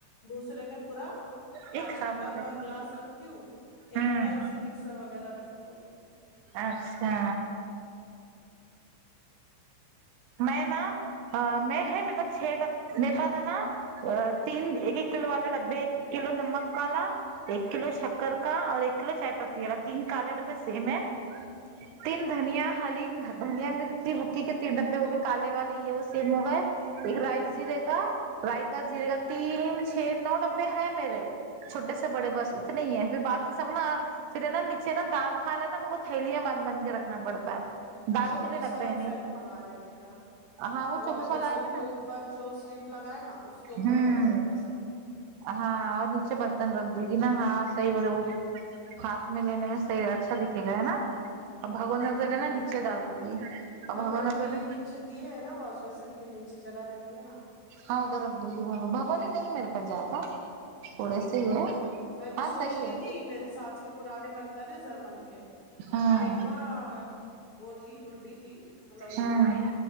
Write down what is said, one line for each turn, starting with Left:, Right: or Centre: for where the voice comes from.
Left: دوسرے میں پورا کاانچ
Right: یہ خراب
Left: کے کپ
Right: ہوتا ہے
Left: اور گلاس رکھتی ہوں ایک
Right: ہوں
Left: میں ایسی مکسر وغیرہ رکھتی ہوں
Right: اچھا میں نا میں ہے میرے پاس چھ ڈ میرے پاس ہے نا تین ایک ایک کلو والے ڈبے ایک کلو نمک کالا ایک کلو شکر کا اور ایک کلو چائے پتی والا تین کالے ڈبے سیم ہے تین دھنیا ہلی دھنیا مرتی مکھی کے تین ڈبے وہ بھی کالے والی یہ سیم ہو گئے ایک رائس زیرے کا رائ کا زیرے کا تین چھ نو ڈبے ہیں میرے چھوٹے سے بڑے بس اتنے ہی ہیں پھر باقی سب نا پھر ہے نا نیچے نا دال پھال ہے نا میرے کو تھیلیاں میں بند بند کے رکھنا پڑتا طاہر داروں
Left: چوبیس
Right: کے لیے ڈبے
Left: والا
Right: نہیں
Left: سیٹ منگا لیےنے کہ
Right: ہاں وہ
Left: واش
Right: چوبیس
Left: بیسن
Right: والا آئے گا
Left: کے
Right: نا
Left: اوپر جو سلپ لگائے نا اس کے اوپر
Right: ہوں
Left: جمانے کا سب
Right: ہاں اور نچے برتن رگ دو گن ہاں سئی بولا وہ ہاتھ میں لینے میں شریر اچھا دکھے گا ہے نا اور
Left: ہاں
Right: بھگون
Left: اچھا
Right: میں دنےا
Left: دکھتا
Right: نا
Left: گھر
Right: نیچے داگوں گی اور
Left: بھگونے
Right: بھگونا
Left: کے
Right: کو
Left: لیے
Right: نا
Left: نیچے دیے ہے نا واس بیسن کے نیچے جگہ رہتی ہے نا
Right: ہاں ادھر ابدگی بھگو نے نہیں میرے پاس جاتا تھوڑے سے ہی ہے
Left: میں بھی
Right: ہاں
Left: سوچ
Right: صحیح
Left: رہی
Right: ہے
Left: تھی میرے ساس کے پرانے برتن ہیں زرمن کے
Right: ہاں
Left: اور ایک نا وہ تھی بڈھی تھی مطلب ان
Right: ہاں
Left: کو بڑی